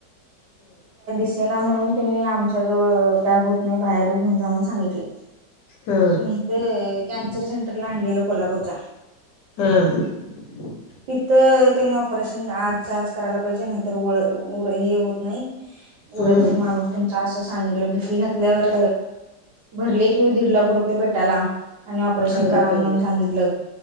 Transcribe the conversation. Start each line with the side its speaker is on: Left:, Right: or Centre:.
Right: सेना म्हणून त्यांनी आमच्या जवळ काय होत नाही बाहेर घेऊन जाऊन सांगितले.
Left: हं.
Right: मीथ कॅन्सर सेंटरला आणलेलो कोल्हापूरच्या.
Left: हम.
Right: तिथं त्यानी ऑपरेशन आजच्या आज करायला पाहिजे नाहीतर वळ ऊर हे होत नाही उरत
Left: हम्म
Right: नहि
Left: हम्म
Right: माणूस तुमच असं सांगितलं भीती घातल्यावर भरले किंवा दीड लाख रुपये भेटायला. आणि ऑपरेशन
Left: अगं
Right: करा
Left: बाई
Right: म्हणून सांगितलं